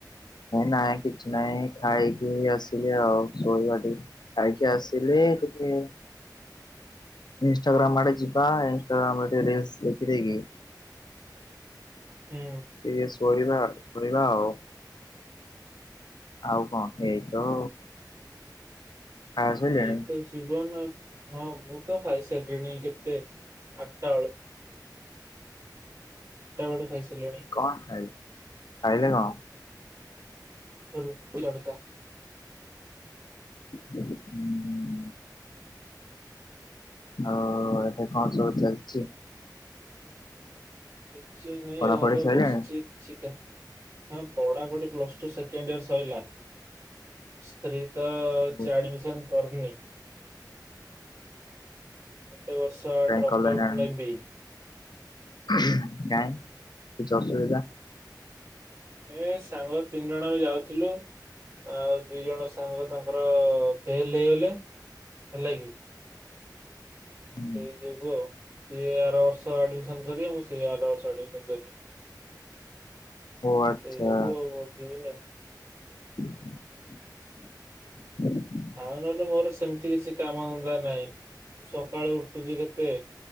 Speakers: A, on the left; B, on the right.
A: ନାଇଁ କିଛି ନାହିଁ ଖାଇକି ଆସିଲି ଆଉ ଶୋଇବା ଟିକେ। ଖାଇକି ଆସିଲି ତାପରେ ଇଷ୍ଟଟାଗ୍ରାମ ଆଡେ ଯିବା ଇଷ୍ଟାଗ୍ରାମ ରେ ଟିକେ ରିଲସ ଦେଖିଦେଇକି
B: ହୁଁ।
A: ଟିକେ ଶୋଇବା ଶୁଣିବା ଆଉ। ଆଉ କଣ ଏଇ ତ। ଖାଇ ସାଇଲେଣି
B: ଏଇ ତ ଜୀବନ ହଁ ମୁଁ ତ ଖାଇସାରିଲିଣି କେତେ ଆଠଟା ଆଳୁ ଆଠଟାଆଳୁ ଖାଇ ସରିଲିଣି?
A: କଣ ଖାଇଲେ ଖାଇଲେ କଣ?
B: ରୁଟି ତଡ଼କା।
A: ହୁଁ। ହଉ ଏବେ କଣ ସବୁ ଚାଲିଛି?
B: କିଛି ନାହିଁ
A: ପଢାପଢି
B: ଘରେ
A: ସରିଲାଣି?
B: ବସିଛି କିଛି କା ହଁ ପଢା ପଢ଼ି ପ୍ଲସ ଟୁ ସେକେଣ୍ଡ ଇୟର ସରିଲା। ସ୍ତ୍ରୀ ଟା କିଛି
A: ଓ
B: ଆଡମିସନ କରନି। ଗୋଟେ ବର୍ଷ
A: କାଇଁ
B: ଡ୍ରପ
A: କଲନି
B: ଆଉଟ୍
A: ଆଡମି
B: ନେବି।
A: କାଇଁ କିଛି ଅସୁବିଧା?
B: ଏ ସାଙ୍ଗ ତିନି ଜଣ ଯାଇଥିଲୁ ଆଉ ଦି ଜଣ ସାଙ୍ଗ ତାଙ୍କର ଏ ଫେଲ୍‌ ହେଇଗଲେ ହେଲା କି
A: ହୁଁ।
B: ସେଇ ଯୁଗୁଁ ଆଉ ସିଏ ଆର ବର୍ଷ ଆଡମିସନ କରିବେ ମୁଁ ସେ ଆର ବର୍ଷ ଆଡମିନ କରିବି।
A: ଓ ଆଚ୍ଛା
B: ସେଇ ଯୋଗୁ ଯିବିନି।
A: ହଁ ହଁ
B: ଆଉ ନହେଲେ ମୋର ସେମିତି କିଛି କାମ ଧନ୍ଦା ନାହିଁ ସକାଳୁ ଉଠୁଛି କେତେ